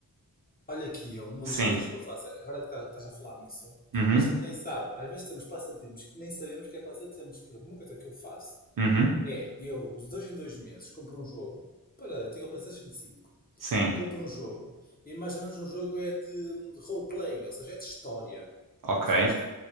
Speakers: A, on the left; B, on the right.
A: Olha aqui, eu, uma
B: sim.
A: das coisas que eu faço, agora que tá- estás a falar nisso,
B: Uhum.
A: a gente nem sabe, às vezes temos passatempos que nem sabemos que é passatempos. Por exemplo, uma coisa que eu faço
B: Uhum.
A: é, eu de dois em dois meses compro um jogo, para, eu tenho o PlayStation cinco,
B: Sim.
A: compro um jogo, e mais ou menos um jogo é de hum, role-playing, ou seja, é de história,
B: Ok.
A: percebeste?